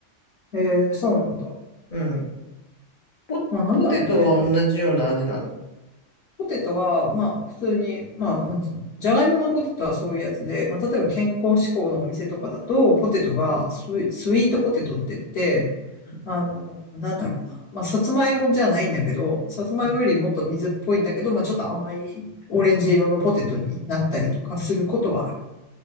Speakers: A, on the left (about 60°); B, on the left (about 45°).
A: へえ、そうなんだ。
B: うん。ポ、
A: まあ、なんだろうね。
B: ポテトは同じような味なの。
A: ポテトは、まあ、普通に、まあ、なんつうの、じゃがいものポテトはそういうやつで、まあ、例えば健康志向のお店とかだと、ポテトがスイ、スイートポテトって言って、
B: うん
A: あの、なんだろうな。まあ、さつまいもじゃないんだけど、さつまいもよりもっと水っぽいんだけど、
B: うん
A: まあ、ちょっと甘いオレンジ色のポテトになったりとかすることはある。